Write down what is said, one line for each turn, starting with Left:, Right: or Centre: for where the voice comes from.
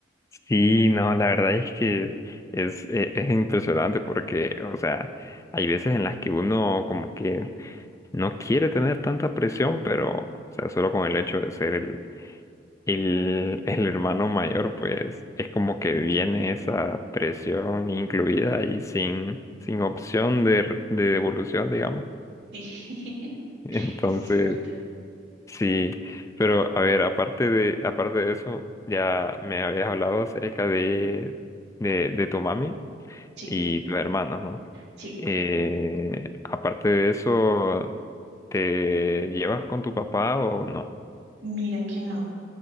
Left: Sí, no, la verdad es que es, es es impresionante porque, o sea, hay veces en las que uno como que no quiere tener tanta presión, pero, o sea, solo con el hecho de ser el, el, <laughs> el hermano mayor,
Right: Mano,
Left: pues es como que viene esa presión incluida y sin, sin opción de, r- de devolución, digamos.
Right: sí, <laughs>
Left: <laughs> Entonces,
Right: eso es cierto.
Left: sí, pero a ver, aparte de, aparte de eso, ya me habías hablado acerca de, de, de tu mami.
Right: Sí,
Left: y tus hermanos, ¿no?
Right: sí,
Left: Eh, aparte de eso, ¿te llevas con tu papá o no?
Right: mira que no,